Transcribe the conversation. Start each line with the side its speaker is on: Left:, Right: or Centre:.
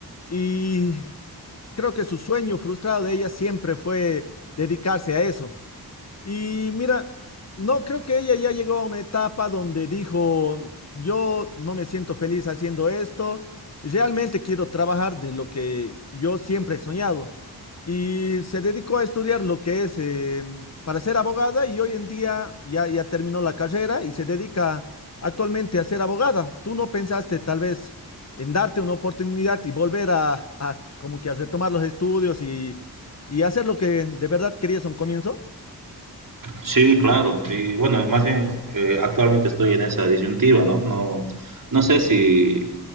Left: Y creo que su sueño frustrado de ella siempre fue dedicarse a eso. Y mira, no creo que ella ya llegó a una etapa donde dijo, yo no me siento feliz haciendo esto, y realmente quiero trabajar de lo que yo siempre he soñado. Y se dedicó a estudiar lo que es eh, para ser abogada y hoy en día ya, ya terminó la carrera y se dedica actualmente a ser abogada. ¿Tú no pensaste tal vez en darte una oportunidad y volver a, a como que a retomar los estudios y, y hacer lo que de verdad querías a un comienzo?
Right: Sí, claro, y bueno, más bien eh, actualmente estoy en esa disyuntiva, ¿no? No, no sé si